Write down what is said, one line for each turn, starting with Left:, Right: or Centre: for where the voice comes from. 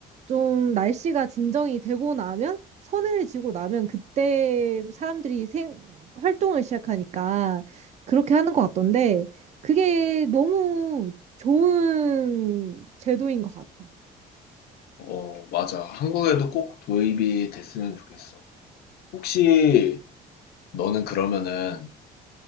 Right: 좀 날씨가 진정이 되고 나면 서늘해지고 나면 그때 사람들이 생 활동을 시작하니까 그렇게 하는 것 같던데 그게 너무 좋은 제도인 것 같아.
Left: 어, 맞아. 한국에도 꼭 도입이 됐으면 좋겠어. 혹시 너는 그러면은